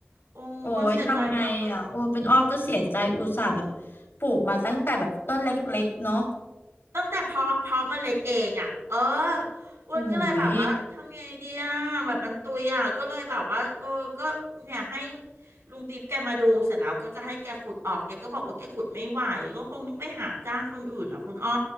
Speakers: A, on the right; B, on the left.
A: โอ้อ้วนเสียใจมากเลยคุณ
B: โอ้ยทำไงอ่ะโอ้เป็นอ้อก็เสียใจอุตส่าห์แบบปลูกมาตั้งแต่แบบต้นเล็กๆเนาะ
A: ตั้งแต่เพาะเพาะเมล็ดเองอ่ะเอออ้วนก็เลยแบบว่าทำยังไงดีอ่ะแบบมันตุยอ่ะก็เลยแบบว่าเออก็เนี่ยให้
B: อุ้ย
A: ลุงติ๊บแกมาดูเสร็จแล้วก็จะให้แกขุดออกแกก็บอกว่าแกขุดไม่ไหวก็คงต้องไปหาจ้างคนอื่นอ่ะคุณอ้อ